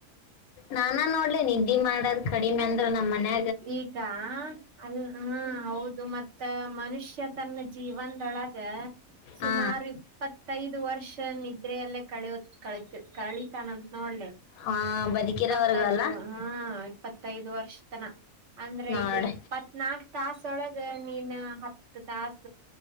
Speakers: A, on the left; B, on the right.
A: ನಾನ ನೋಡಿ ನಿದ್ದೆ ಮಾಡದ್ ಕಡಿಮೆ ಅಂದ್ರೆ ನಮ್ಮ ಮನೆ
B: ಈಗ ಅ ಹಾ ಹೌದು ಮತ್ತ ಮನುಷ್ಯ ತನ್ನ ಜೀವನ್ದೊಳಗ ಸುಮಾರ
A: ಹಾ
B: ಇಪ್ಪತ್ ತೈ ದು ವರ್ಷ ನಿದ್ರೆಯಲ್ಲೇ ಕಳೆಯು ಕಳಿತ್ವ್ ಕಳಿತಾನಂತ್ ನೋಡ್ಲೆ
A: ಹಾ ಬದುಕಿರೋವರ್ಗು
B: ಇಪ್ಪತ್ತೈದು
A: ಅಲ್ಲ
B: ಹಾ ಇ ಇಪ್ಪತೈದ್ ವರ್ಶ್ ಅಂದ್ರೆ
A: ನೋಡ್
B: ಈಗ ಇಪ್ಪತ್ನಾಕು ತಾಸೊಳಗ ನೀನು ಹತ್ತು ತಾಸ